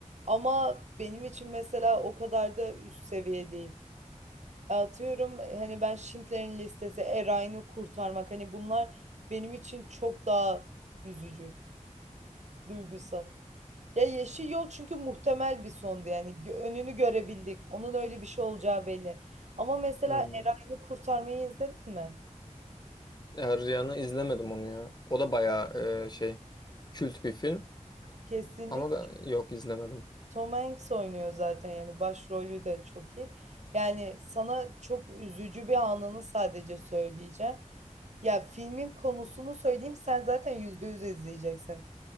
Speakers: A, on the right; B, on the left.
A: ama benim için mesela o kadar da üst seviye değil. Atıyorum hani ben Schindler'in Listesi, Erayn'ı kurtarmak hani bunlar benim için çok daha üzücü, duygusal. Ya Yeşil Yol çünkü muhtemel bir sondu yani Gö- önünü görebildik. Onun öyle bir şey olacağı belli. Ama mesela
B: Hmm.
A: Erayn'ı kurtarmayı izledin mi?
B: Erciyan'ı izlemedim onu ya. O da bayağı e, şey kült bir film
A: Kesinlikle.
B: ama ben yok izlemedim.
A: Tom Hanks oynuyor zaten yani başrolü de çok iyi. Yani sana çok üzücü bir anını sadece söyleyeceğim. Ya filmin konusunu söyleyeyim sen zaten yüzde yüz izleyeceksin.